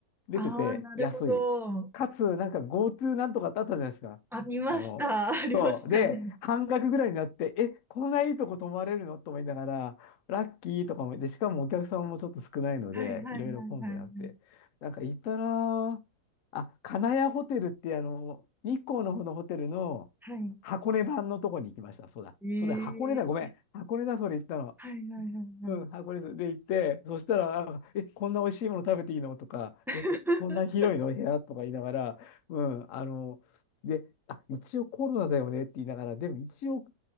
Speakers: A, on the left; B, in the centre.
A: 出てて安い。
B: ああー、なるほど。
A: かつ、なんか GoTo なんとかってあったじゃないですか。
B: あ、りました。
A: あの、
B: <laughs> ありましたね。
A: そう。で、半額ぐらいになって、え、こんないいとこ泊まれるのと思いながら、ラッキーとかも、で、しかもお客さんもちょっと少ないので、
B: はい、はい、
A: いろいろ混んでなくて。
B: はい、はい、はい。
A: なんか行ったなぁあ、金谷ホテルってあの、日光の方のホテルの
B: はい。
A: 箱根版のとこに行きました。そうだ。
B: ええー
A: そうだ、箱根だ。ごめん。箱根だ、それ行ったの。
B: はい、はい、はい、はい。
A: うん、箱根ですで行って、そしたら、なんかえ、こんな美味しいもの食べていいのとか、
B: <laughs>
A: え、こんな広いの部屋とか言いながら、うん、あの、で、あ、一応コロナだよねって言いながら、でも一応、